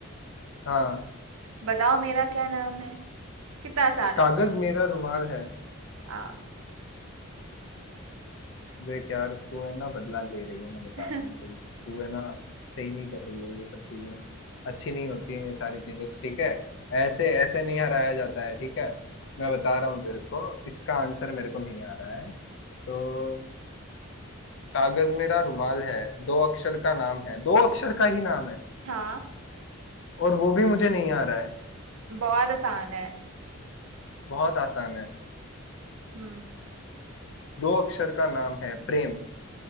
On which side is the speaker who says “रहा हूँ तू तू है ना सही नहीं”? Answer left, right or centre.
Left